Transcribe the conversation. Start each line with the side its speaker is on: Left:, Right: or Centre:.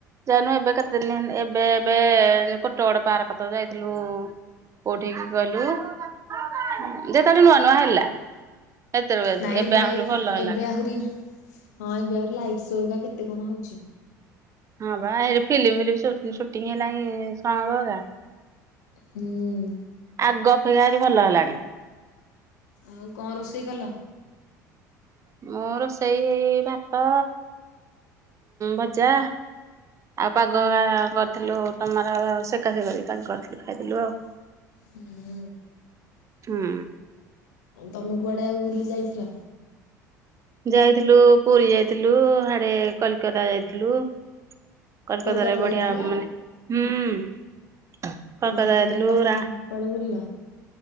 Right: ଯାଇନୁ ଏବେ କେତେ ଦିନ୍ ଏବେ ଏବେ କୋଟଗଡ଼ ପାର୍କ ତ ଯାଇଥିଲୁ। କୋଉଠିକି କହିଲୁ ଯେତେବେଳେ ନୂଆ ନୂଆ ହେଲା ସେତେବେଳେ। ଯାଇଥିଲୁ
Left: ନାଇଁ ଏବେ
Right: ଆହୁରି ଭଲ ହେଲାଣି
Left: ଏବେ ଆହୁରି ହଁ ଏବେ ଆହୁରି ଲାଇଟ୍ ଶୋ କେତେ କଣ ହଉଛି।
Right: ହଁ ବା ଫିଲ୍ମ <unintelligible> ସୁ ସୁଟିଂ ହେଲାଣି <unintelligible>
Left: ହୁଁ।
Right: ଆଗ ଅପେକ୍ଷା ଆହୁରି ଭଲ ହେଲାଣି।
Left: ଆଉ କଣ ରୋଷେଇ କଲ?
Right: ମୁଁ ରୋଷେଇ ଏଇ ଭାତ, ଭଜା। ଆଉ ପାଗ ହେରା କରିଥିଲୁ ଟମାର ସେକା ସେକି କରିକି ପାଗ କରିଥିଲୁ ଖାଇଥିଲୁ ଆଉ।
Left: ହୁଁ।
Right: ହୁଁ।
Left: ତମେ କୁଆଡ଼େ ଆଉ ବୁଲି ଯାଇଥିଲ?
Right: ଯାଇଥିଲୁ ପୁରୀ ଯାଇଥିଲୁ ହାଡେ଼ କଲିକତା ଯାଇଥିଲୁ। କଲିକତାରେ
Left: କୋଲକାତା
Right: ବଢ଼ିଆ
Left: ଯାଇଥିଲ
Right: ମାନେ ହୁଁ। <unintelligible>
Left: କୋଲକାତାରେ କଣ କଣ କୁଆଡେ ବୁଲିଲ?